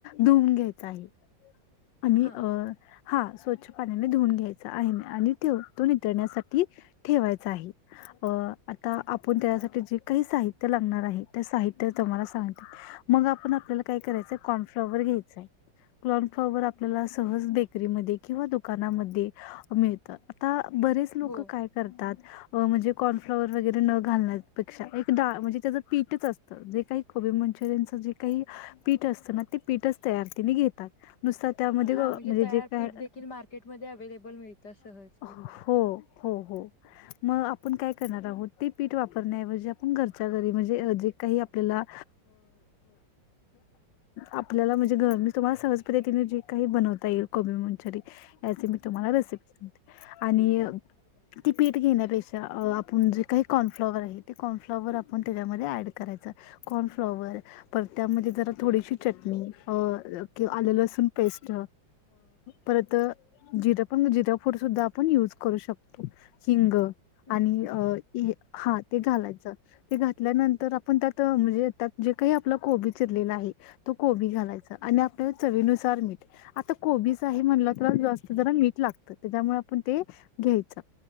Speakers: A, on the left; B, on the left.
A: धुऊून घ्यायचा आहे आणि
B: हां
A: अ हां स्वच्छ पाण्याने धुऊून घ्यायचा आहे आणि तेव तो नितळण्यासाठी ठेवायचा आहे. अ आता आपण त्याच्यासाठी जे काही साहित्य लागणार आहे त्या साहित्य तम्हाला सांगते. मग आपण आपल्याला काय करायचंय कॉर्नफ्लॉवर घ्यायचाय कॉर्नफ् फ्लॉवर आपल्याला सहज बेकरीमध्ये किंवा दुकानामध्ये मिळतं. आता- बरेच लोकं
B: हो
A: काय करतात? म्हणजे कॉर्नफ्लाॉवर वगैरे न घालण्यापेक्षा एक डाळ म्हणजे त्याचं पीठच असतं जे काही को बीमंचुरियनच जे काही पीठ असतं ना ते पीठच तयार त्यांनी घेतात. नुसता त्यामध्ये
B: हा
A: म्हणजे
B: तयार
A: जे काय
B: पीठ देखील मार्केटमध्ये अवेलेबल मिळतं सहजरित्या
A: हो हो हो मग आपण काय- आोत ते पीठ वापरण्याऐवजी आपण घरच्या घरी म्हणजे जे काही आपल्याला- आपल्याला म्हणजे घ मी तुम्हाला स- पद्धतीने जे काही बनवता येईल कोबी मंचुरियन याचे मी तुम्हाला रेसिपी सांगते आणि- ती पीठ घेण्यापेक्षा आपण जे काही कॉर्नफ्लॉवर आहे ते कॉर्नफ्लॉवर आपण त्याच्यामध्ये ऍड करायच- कॉर्नफ्लोअर परत त्यामध्ये जरा थोडीशी चटणी - लसूण पेस्ट परत जिरा पण जिरा फूड सुद्धा आपण युज करू शकतो. हिंग आणि
B: ओके
A: अ हा ते घालायचं. ते घातल्यानंतर आपण त्यात म्हणजे त्यात जे काही आपला कोबी चिरलेला आहे तो कोबी घालायचा- आणि आपल्या चवीनुसार मीठ आता कोबीच आहे म्हणलं तर जास्त जरा मीठ- लागत त्याच्यामुळे आपण ते घ्यायच.